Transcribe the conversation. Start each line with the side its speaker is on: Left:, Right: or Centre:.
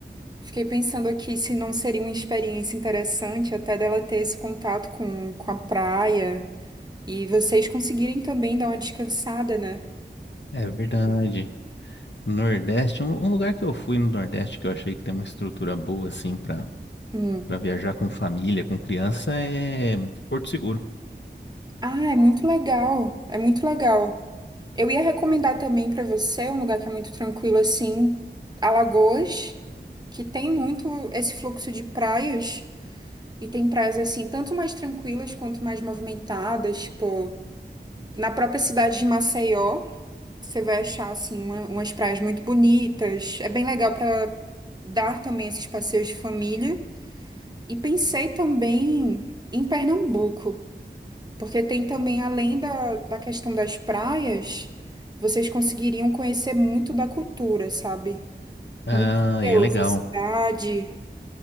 Right: Fiquei pensando aqui se não seria uma experiência interessante até dela ter esse contato com, com a praia e vocês conseguirem também dar uma descansada, né?
Left: É verdade.
Right: Eu-
Left: Nordeste, um, um lugar que eu fui no Nordeste que eu achei que tem uma estrutura boa, assim, pra,
Right: Hum.
Left: pra viajar com família, com criança, é Porto Seguro.
Right: Ah, é muito legal. É muito legal. Eu ia recomendar também para você um lugar que é muito tranquilo assim, Alagoas, que tem muito esse fluxo de praias e tem praias assim, tanto mais tranquilas quanto mais movimentadas, tipo, na própria cidade de Maceió. Você vai achar assim uma- umas praias muito bonitas. É bem legal para dar também esses passeios de família. E pensei também em Pernambuco, porque tem também, além da, da questão das praias, vocês conseguiriam conhecer muito da cultura, sabe?
Left: Ah,
Right: Museus,
Left: e é legal.
Right: a cidade.